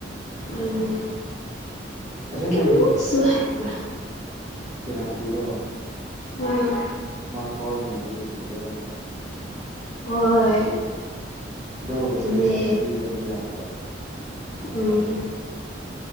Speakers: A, on the left; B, on the right.
A: ꯑꯅꯤ
B: ꯑꯁꯦꯡꯕꯩꯗꯤ
A: ꯀꯨꯛꯁꯨ ꯍꯥꯏꯕ꯭ꯔꯥ
B: ꯄꯦꯅꯥꯜꯇꯤꯗꯣ
A: ꯎꯝ
B: ꯃꯥ ꯀꯥꯎꯔꯝꯃꯗꯤ ꯍꯦꯇ꯭ꯔꯤꯛ ꯆꯠꯂꯗꯕꯥꯅꯤ
A: ꯍꯣꯏ
B: ꯑꯗꯣ
A: ꯑꯗꯨꯅꯦ
B: ꯀꯦꯞꯇꯦꯟꯗ ꯄꯤꯗꯕ ꯌꯥꯗꯕ
A: ꯎꯝ